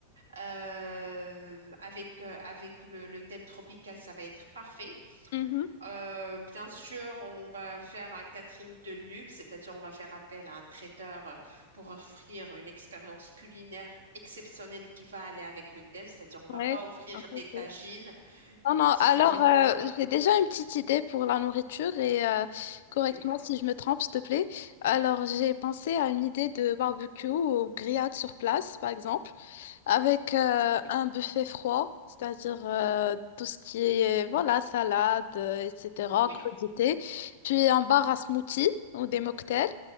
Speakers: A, on the right; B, on the left.
A: Euh, avec euh, avec le, le thème tropical, ça va être parfait.
B: Mhm.
A: Euh, bien sûr, on va faire un catering de luxe, c'est-à-dire on va faire appel à un traiteur euh, pour offrir une expérience culinaire exceptionnelle et qui va aller avec le thème, c'est-à-dire on va
B: Ouais.
A: pas offrir
B: Ok, ok.
A: des tagines,
B: Non, non.
A: t'imagines
B: Alors, euh,
A: bien?
B: j'ai déjà une petite idée pour la nourriture et euh, correcte-moi
A: Dis-moi,
B: si je me trompe, s'il te plaît. Alors, j'ai pensé à une idée de barbecue ou grillade sur place, par exemple. avec euh,
A: oui,
B: Oui. un buffet froid, c'est-à-dire euh, tout ce qui est voilà, salade, euh, etc.,
A: oui.
B: crudité. Puis un bar à smoothie ou des mocktails.